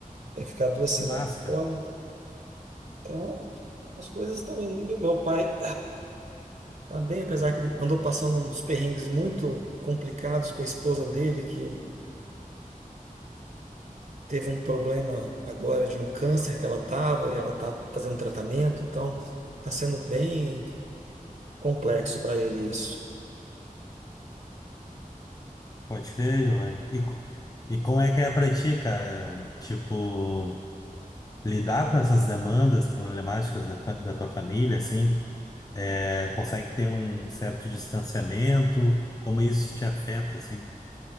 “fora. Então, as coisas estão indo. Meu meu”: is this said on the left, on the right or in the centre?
Right